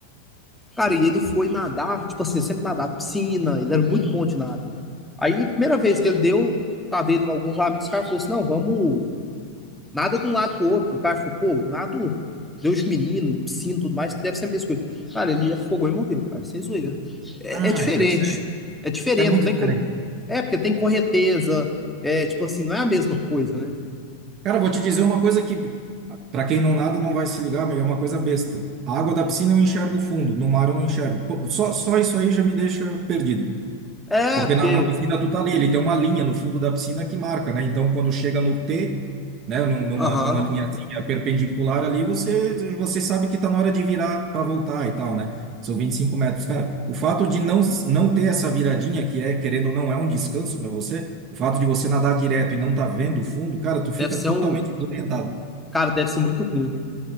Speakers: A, in the centre; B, on the right.
A: Cara, e ele foi nadar, tipo assim, sempre nadar piscina, ele era muito bom de nada. Aí, primeira vez que ele deu, tava ele com alguns amigos, o cara falou assim, não, vamos, nada de um lado pro outro. O cara falou, pô, nada, Deus menino, piscina, tudo mais, que deve ser a mesma coisa. Cara, ele afogou e morreu, cara, sem zoeira é
B: Ai,
A: diferente.
B: cara, sério?
A: É diferente,
B: É muito
A: não tem
B: diferente.
A: como. É, porque tem correnteza. É, tipo assim, não é a mesma coisa, né?
B: Cara, vou te dizer uma coisa que, para quem não nada, não vai se ligar, mas é uma coisa besta. A água da
A: Hum.
B: piscina eu enxergo fundo, no mar eu não enxergo. Pô, Só, só isso aí já me deixa perdido.
A: É,
B: Porque
A: porque.
B: na, na piscina tu tá ali, ele tem uma linha no fundo da piscina que marca, né? Então quando chega no T, né, num- numa,
A: Aham.
B: numa linhazinha perpendicular ali, você, você sabe que tá na hora de virar para voltar e tal, né? São 25 metros. Cara, o fato de não, não ter essa viradinha, que é, querendo ou não, é um descanso para você, o fato de você nadar direto e não tá vendo o fundo, cara, tu fica
A: Deve ser
B: totalmente
A: um.
B: desorientado.
A: Cara, deve ser muito ruim, né?